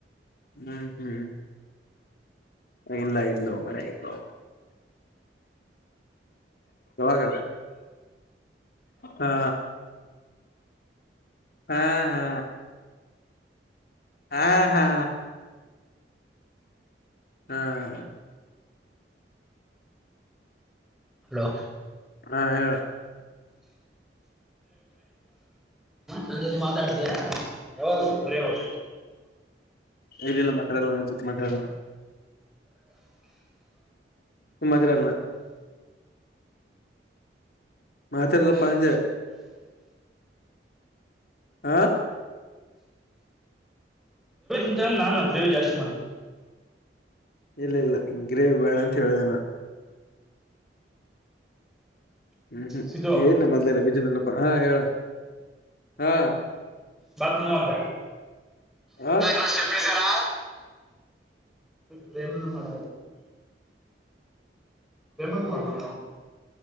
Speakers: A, on the left (about 60°); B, in the centre.
A: ಹ್ಮ್ ಹ್ಮ್ ಇಲ್ಲ ಇಲ್ಲೋ ಮರ ಇಲ್ಲೋ ಯಾಗ ಹಾ ಹಾ ಹಾ ಹಾ ಹಾ ಹ್ಮ್
B: ಹಲೋ
A: ಹಾ ಹೇಳ
B: ನನ್ ಜೊತೆ ಮಾತಾಡ್ತೀಯ ಯಾವಾಗ ಬರಾಗ
A: ಇಲ್ಲಿಲ್ಲ ಮಾತಾಡಲೇ ಇನ್ನೊಂದ್ ಸತಿ ಮಾತಾಡಲ್ಲ ಸ ಮಾದರಿ ಎಲ್ಲಲ್ಲ ಮಾತ್ರಲ್ಲ ಪಜ ಆ
B: ಂತ ನಾನು ರೇವಿ ಜಾಸ್ತಿ ಮಾಡೆ
A: ಇಲ್ಲ ಇಲ್ಲ ಗ್ರೇವಿ ಬೇಡ ಅಂತ ಹೇಳಿದೆ ನು ಹ್ಮ್ ಹ್ಮ್
B: ಸಿದ್ದು
A: ಏನ ಮೊದ್ಲೇ ರ ವಿಜನಲ್ಲಪ್ಪ ಹಾ ಹೇಳ ಹಾ
B: ಬತ ನ ಅಂತ
A: ಹ
B: ಡೆಷ್ಟೆಪಸಾರಾ ಪ್ರೇಮನ ಮಾಡ ಮ ಮಾಡ